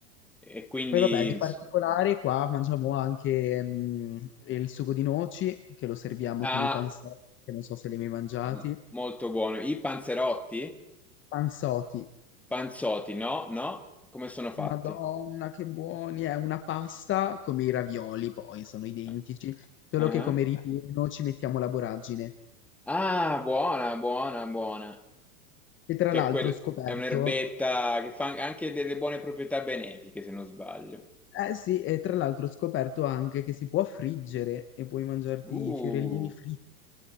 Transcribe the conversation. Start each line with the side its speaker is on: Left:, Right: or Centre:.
Centre: e quindi...
Left: Poi vabbè, di
Centre: ins-
Left: particolare qua mangiamo anche mm, il sugo di noci, che lo serviamo
Centre: Ah,
Left: con i panzotti, che non so se li hai mai mangiati.
Centre: m- molto buono. I panzerotti?
Left: Panzotti,
Centre: Panzotti, no? No? Come sono fatti?
Left: madonna che buoni, è una pasta come i ravioli poi, sono identici,
Centre: Eh,
Left: solo
Centre: Ah,
Left: che come
Centre: ah.
Left: ripieno ci mettiamo la voragine.
Centre: Ah, buona, buona, buona.
Left: E tra
Centre: che
Left: l'altro
Centre: è, quel-
Left: ho scoperto,
Centre: è un'erbetta che fa anche delle buone proprietà benefiche, se non sbaglio.
Left: eh sì, e tra l'altro ho scoperto anche che si può friggere e puoi mangiarti
Centre: Uh,
Left: i fiorellini fritti,